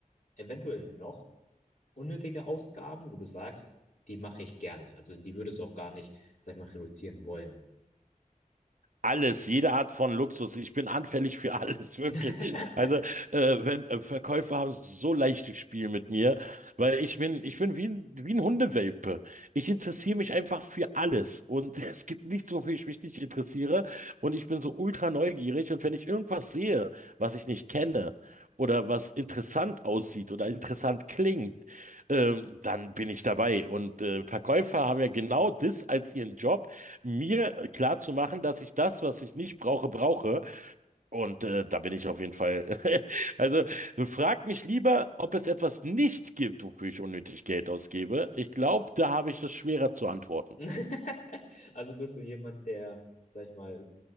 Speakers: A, on the left; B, on the right.
A: eventuell noch unnötige Ausgaben, wo du sagst, die mache ich gerne? Also die würdest du auch gar nicht, sag ich mal, reduzieren wollen.
B: Alles, jede Art von Luxus. Ich bin anfällig für alles, <laughs> wirklich.
A: <laughs>
B: Also, äh, wenn äh, Verkäufer haben so leichtes Spiel mit mir, weil ich bin, ich bin wie ein, wie ein Hundewelpe. Ich interessiere mich einfach für alles. Und <laughs> es gibt nichts, wofür ich mich nicht interessiere. Und ich bin so ultra neugierig. Und wenn ich irgendwas sehe, was ich nicht kenne oder was interessant aussieht oder interessant klingt, ähm, dann bin ich dabei. Und äh, Verkäufer haben ja genau das als ihren Job mir klar zu machen, dass ich das, was ich nicht brauche, brauche. Und äh, da bin ich auf jeden Fall. <laughs> Also frag mich lieber, ob es etwas nicht gibt, wofür ich unnötig Geld ausgebe. Ich glaube, da habe ich das schwerer zu antworten.
A: <laughs> Also bist du jemand, der, sag ich mal,